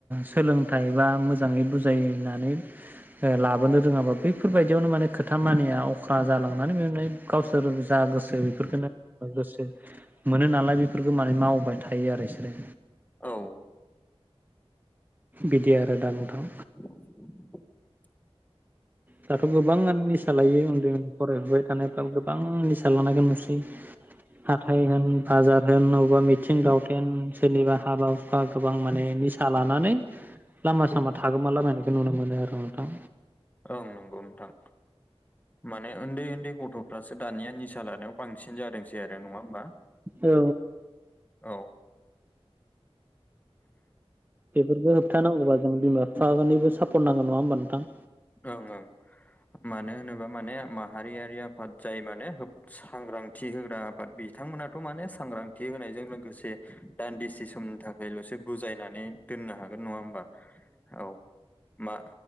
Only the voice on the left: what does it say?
औ
<inaudible>
ओं नंगौ नोंथां माने उन्दै उन्दै गथ'फ्रासो दानिया निसा लानायाव बांसिन जादोंसै आरो नंङा होमबा
औ
ओं ओं मानो होनोबा माने माहारियारि आफाद जाय माने सांग्रांथि होग्रा बाट बिथांमोनाथ' माने सांग्रांथि होनायजों लोगोसे दान्दिसे समनि थाखायल'सो बुजायनानै दोननो हागोन नंङा होमबा औ मा